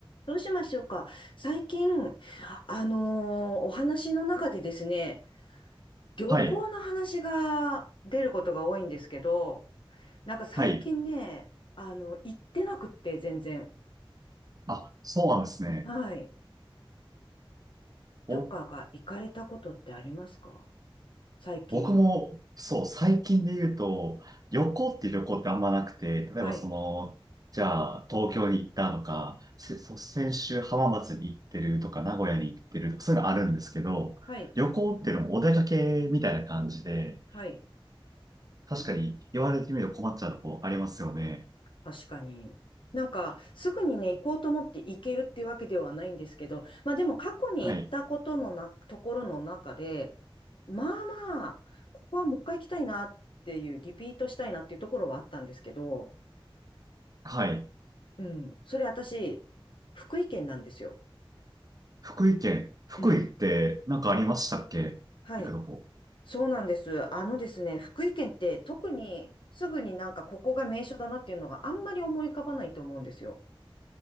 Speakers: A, on the left; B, on the right.
A: どうしましょうか。最近、あのーお話の中でですね、旅行の話が出ることが多いんですけど、
B: はい、
A: なんか最近ね、
B: はい。
A: あの、行ってなくって、全然。
B: あ、そうなんですね。
A: はい。どっかが行かれたことってありますか
B: お、
A: 最近。
B: 僕も、そう、最近で言うと、旅行って旅行ってあんまなくて、例えばその、
A: はい。
B: じゃあ、東京に行ったとか、せそう先週浜松に行ってるとか、名古屋に行ってるとか、そういうのあるんですけど、
A: はい。
B: 旅行っていうのもお出かけみたいな感じで、
A: はい。
B: 確かに言われてみると困っちゃうとこありますよね。
A: 確かに。なんか、すぐにね、行こうと思って行けるっていうわけではないんですけど、まあでも過去に行ったことのな、
B: はい、
A: ところの中で、まあまあ、ここはもう一回行きたいなっていう、リピートしたいなっていうところはあったんですけど、
B: はい。
A: うん、それ私、福井県なんですよ。
B: 福井県、福井ってなんかありましたっけ行くとこ。
A: うん、はい。そうなんです。あのですね、福井県って特にすぐになんかここが名所だなっていうのがあんまり思い浮かばないと思うんですよ。